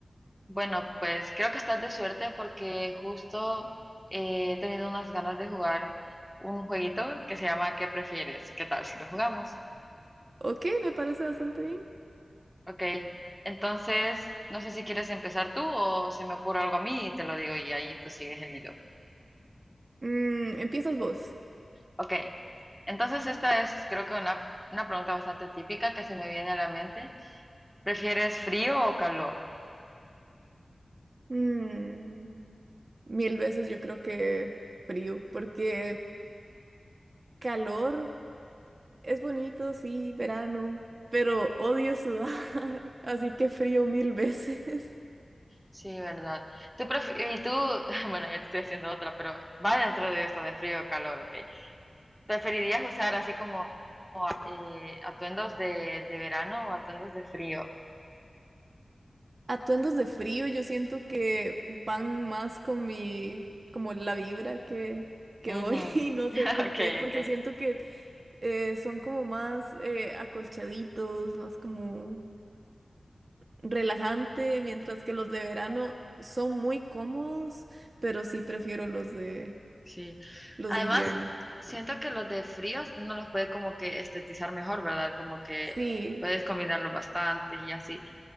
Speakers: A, in the centre; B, on the right.
A: Bueno, pues creo que estás de suerte porque justo eh, he tenido unas ganas de jugar un jueguito que se llama ¿Qué prefieres? ¿Qué tal si lo jugamos?
B: Ok, me parece bastante bien.
A: Ok, entonces no sé si quieres empezar tú o se me ocurre algo a mí y te lo digo y ahí tú sigues el hilo.
B: Mm, empiezas vos.
A: Ok, entonces esta es creo que una, una pregunta bastante típica que se me viene a la mente. ¿Prefieres frío o calor?
B: Mm, mil veces yo creo que frío, porque calor es bonito, sí, verano, pero odio sudar, <laughs> así que frío mil veces.
A: Sí, verdad. Tú pref- y tú, <laughs> bueno, ya te estoy haciendo otra, pero va dentro de esto de frío o calor, ¿ok? ¿Preferirías usar así como eh, atuendos de, de verano o atuendos de frío?
B: Atuendos de frío, yo siento que van más con mi, como la vibra que, que
A: Ujú.
B: doy <laughs> y no sé
A: <laughs>
B: por
A: Ok,
B: qué, porque
A: ok.
B: siento que eh, son como más eh, acolchaditos, más como relajante, mientras que los de verano son muy cómodos, pero sí prefiero los de
A: Sí.
B: los
A: Además,
B: de invierno.
A: siento que los de fríos uno los puede como que estetizar mejor, ¿verdad? Como que
B: Sí,
A: puedes combinarlos bastante y así.